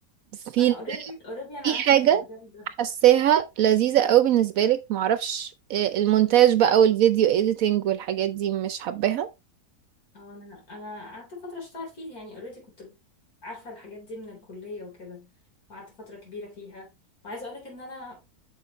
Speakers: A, on the right; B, on the left.
A: في
B: ما أنا اوريدي اوريدي أنا
A: في
B: عارفة
A: حاجة
B: في المجال ده
A: حاساها لذيذة قوي بالنسبة لك معرفش آه، المونتاج بقى والفيديو اديتنج والحاجات دي مش حباها
B: أو أنا أنا قعدت فترة أشتغل فيه يعني اوريدي كنت عارفة الحاجات دي من الكلية وكده وقعدت فترة كبيرة فيها وعايزة أقولك إن أنا